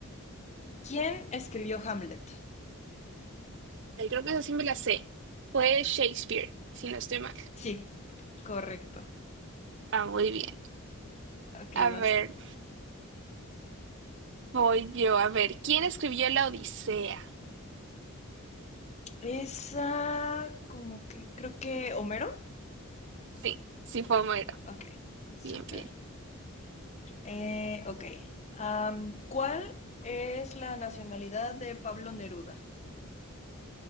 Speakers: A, on the left; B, on the right.
A: ¿quién escribió Hamlet?
B: Eh, Creo que esa sí me la sé. Fue Shakespeare, si no estoy mal.
A: Sí, correcto.
B: Ah, muy bien.
A: Ok,
B: A ver.
A: vas tú.
B: Voy yo a ver, ¿quién escribió la Odisea?
A: Esa, como que, creo que Homero.
B: Sí, sí fue Homero.
A: Ok, súper.
B: Bien, bien.
A: Eh, ok, am, ¿cuál es la nacionalidad de Pablo Neruda?